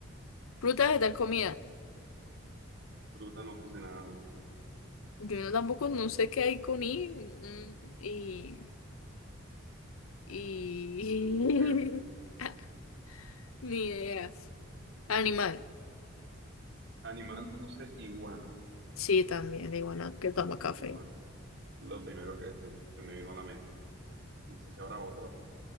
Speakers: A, on the left; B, on the right.
A: Frutas de tal comida.
B: Fruta no puse nada.
A: Yo no- tampoco no sé qué hay con I. mm, Y. Y...
B: No se me ocurrió.
A: <laughs> Ni ideas. Animal.
B: Animal puse iguana.
A: Sí, también, la iguana que toma café.
B: Iguana. Lo primero que se me, se me vino a la mente. No sé si habrá otro.